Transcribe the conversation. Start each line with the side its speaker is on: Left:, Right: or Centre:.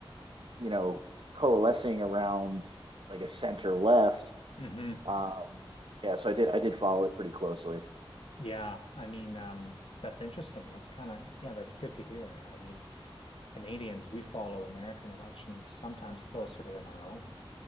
Right: you know, coalescing around like a center left.
Left: hmm
Right: Um, yeah, so I did I did follow it pretty closely.
Left: Yeah. I mean, um, that's interesting. That's kind of, yeah, that's good to hear. I mean, Canadians, we follow American elections sometimes closer than our own,